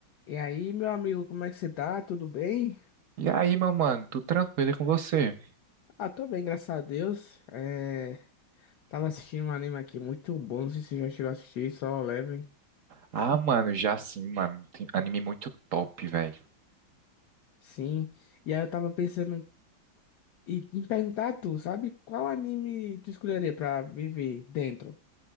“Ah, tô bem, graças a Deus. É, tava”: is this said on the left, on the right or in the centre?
Left